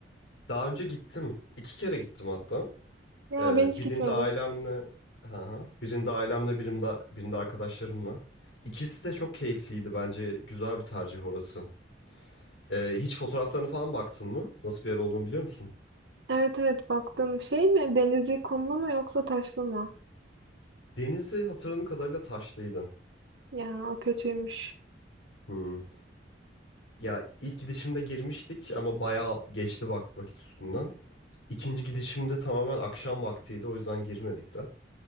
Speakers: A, on the left (about 70°); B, on the right (about 75°).
A: Daha önce gittim. İki kere gittim hatta.
B: Ya
A: E,
B: ben hiç
A: birinde
B: gitmedim.
A: ailemle ha, ha. birinde ailemle birinde, birinde arkadaşlarımla. İkisi de çok keyifliydi bence. Güzel bir tercih orası. E, hiç fotoğraflarına falan baktın mı? Nasıl bir yer olduğunu biliyor musun?
B: Evet evet baktım. Şey mi? Denizli kumlu mu yoksa taşlı mı?
A: Denizi hatırladığım kadarıyla taşlıydı.
B: Ya o kötüymüş.
A: Hı. Ya ilk gidişimde girmiştik ama bayağı geçti vak vakit üstünden. İkinci gidişimde tamamen akşam vaktiydi o yüzden girmedik de.